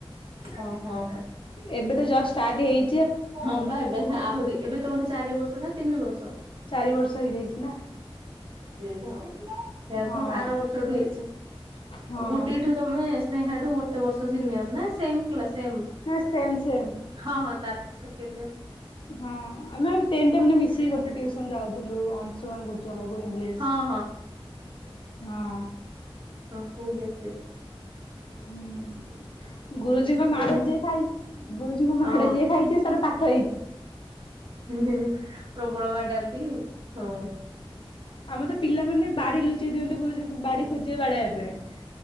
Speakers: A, on the right (about 65°); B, on the left (about 60°).
A: ହଁ ହଁ
B: ଏବେ ତ ଜଷ୍ଟ ଷ୍ଟାର୍ଟ ହେଇ
A: ହଁ ଭାଇବେ ଆହୁରି ଏବେ ତମର ଚାରି ବର୍ଷ ନା ତିନି ବର୍ଷ।
B: ଚାରି ବର୍ଷ ହେଇଯାଇଛି ନା।
A: ହ। ସେଇୟା
B: ହଁ।
A: ତ ଆର ବର୍ଷଠୁ ହେଇଛି।
B: ହଁ
A: ଗୁଡିଠୁ ତମେ ନେହା ଠୁ ବର୍ଷ ସିନିୟର ନା ସେମ କ୍ଲାସ ସେମ।
B: ନା ସେମ୍ ସେମ୍।
A: ହଁ ହଁ ଆ ସେ କେ
B: ହଁ ଆମେ ତେନଟ ମାନ ସେ ଗୋଟେ ଟିୁସନ ଯାଉଥିଲୁ ଅଂଶୁମାନ ଗୁର୍ କୁ ଇଂଲିଶ।
A: ହଁ ହଁ
B: ହଁ।
A: ହଁ କୁହେ ସେ।
B: ହୁଁ। ଗୁରୁଜୀଙ୍କ
A: କେମି
B: ମାଡ ଯିଏ ଖାଇ ଗୁରୁଜୀଙ୍କ ମାଡ
A: ହଁ
B: ଯିଏ ଖାଇଛି ସାର ପା <inaudible>
A: <inaudible> ପ୍ରବଳ ବାଡାନ୍ତି। ହୁଁ।
B: ଆମର ତ ପିଲାମାନେ ବାଡି ଲୁଚେଇ ଦିଅନ୍ତି। ଗୁରୁଜ ବାଡି ଖୋଜିବେ ବାଡେଇବା ପାଇଁ।